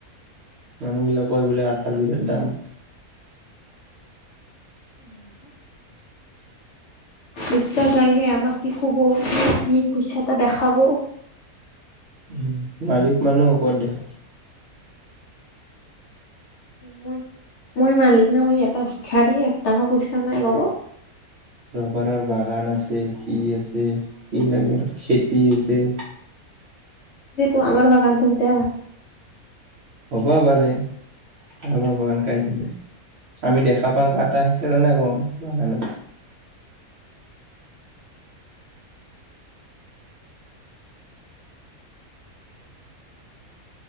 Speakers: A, on the right; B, on the left.
A: মানুহবিলাক কয় বোলে আঠাৰ বিৰাট দাম।
B: <unintelligible> পইচপা যাইহে আমাক কি ক'ব কি পইচা এটা দেখাব
A: উম, মালিক মানুহ শকত দেখা
B: মই মই মালিক না মই এটা ভিক্ষাৰী এক টাকা পইচা নাই লগত।
A: ৰবাৰৰ বাগান আছে, সি আছে, কি লাগে আৰু খেতি আছে।
B: সেইটো আমাৰ বাগানতোগিটা
A: হ'বা পাৰে। কাৰবাৰ বাগান কাইটে যাই আমি দেখা পাওঁ কাটা সেইকাৰণে কওঁ বাগান আছে।